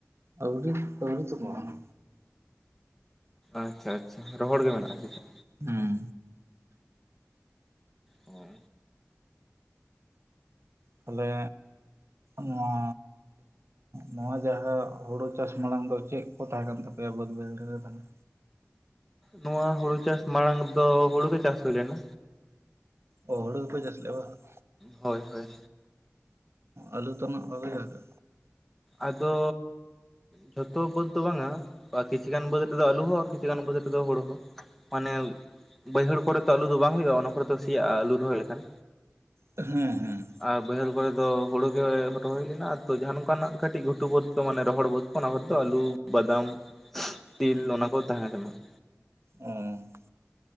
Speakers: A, on the right; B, in the centre.
A: ᱟᱹᱣᱨᱤ ᱟᱹᱣᱨᱤ ᱛᱚᱸᱵᱟᱜ ᱟ᱾
B: ᱟᱪᱪᱷᱟ ᱟᱪᱪᱷᱟ ᱨᱚᱦᱚᱲ ᱜᱮ ᱢᱮᱱᱟᱜᱼᱟ ᱥᱮ ᱪᱮᱫ?
A: ᱦᱩᱸ
B: ᱚ
A: ᱛᱟᱦᱞᱮ ᱱᱚᱣᱟ ᱱᱚᱣᱟ ᱡᱟᱦᱟ ᱦᱳᱲᱳ ᱪᱟᱥ ᱢᱟᱲᱟᱝ ᱫᱚ ᱪᱮᱫ ᱠᱚ ᱛᱟᱦᱮᱸ ᱠᱟᱱ ᱛᱟᱯᱮᱭᱟ ᱵᱟᱹᱫᱽ ᱵᱟᱹᱭᱦᱟᱹᱲ ᱨᱮ ᱛᱟᱞᱦᱮ?
B: ᱱᱚᱣᱟ ᱦᱳᱲᱳ ᱪᱟᱥ ᱢᱟᱲᱟᱝ ᱫᱚ ᱦᱳᱲᱳ ᱜᱮ ᱪᱟᱥ ᱦᱳᱭ ᱞᱮᱱᱟ᱾
A: ᱚ ᱦᱳᱲᱳ ᱜᱮ ᱯᱮ ᱪᱟᱥ ᱞᱮᱜᱟ ᱵᱟᱝ?
B: ᱦᱳᱭ ᱦᱳᱭ
A: ᱟᱞᱩ ᱛᱟᱱᱟᱜ ᱵᱟᱯᱮ ᱪᱟᱥᱟ?
B: ᱟᱫᱚ ᱡᱷᱚᱛᱚ ᱵᱟᱹᱛᱽ ᱫᱚ ᱵᱟᱝ-ᱟ ᱠᱤᱪᱷᱩ ᱜᱟᱱ ᱵᱟᱹᱛᱽ ᱨᱮᱫᱚ ᱟᱞᱩ ᱦᱚᱸ ᱠᱤᱪᱷᱤᱠ ᱜᱟᱱ ᱵᱟᱹᱛᱽ ᱨᱮ ᱫᱚ ᱦᱳᱲᱳ‌ ᱦᱚᱸ᱾ ᱢᱟᱱᱮ ᱵᱟᱹᱭᱦᱟᱹᱲ ᱠᱚᱨᱮ ᱛᱚ ᱟᱹᱞᱩ ᱫᱚ ᱵᱟᱝ ᱦᱳᱭᱳᱜᱼᱟ ᱚᱱᱟ ᱠᱚᱨᱮ ᱫᱚ ᱥᱮᱭᱟᱜᱼᱟ ᱟᱹᱞᱩ ᱨᱚᱦᱚᱭ ᱞᱮᱠᱷᱟᱱ
A: ᱦᱮᱸ ᱦᱮᱸ᱾
B: ᱟᱨ ᱵᱟᱹᱭᱦᱟᱹᱲ ᱠᱚᱨᱮ ᱫᱚ ᱦᱩᱲᱩ ᱜᱮ ᱦᱚᱴᱚ ᱦᱚᱭ ᱞᱮᱱᱟ ᱛᱚ ᱡᱟᱦᱟᱸ ᱱᱚᱝᱠᱟᱱᱟᱜ ᱾ ᱠᱟᱹᱴᱤᱡ ᱜᱷᱩᱴᱩ ᱵᱟᱹᱫᱽ ᱠᱚ ᱢᱟᱱᱮ ᱨᱚᱦᱚᱲ ᱵᱟᱹᱫ ᱠᱚ ᱚᱱᱟ ᱠᱚ ᱫᱚ ᱟᱞᱩ ᱵᱟᱫᱟᱢ ᱾ ᱛᱤᱞ ᱚᱱᱟᱠᱚ ᱛᱟᱦᱮᱸ ᱠᱟᱱᱟ ᱾
A: ᱚ ᱾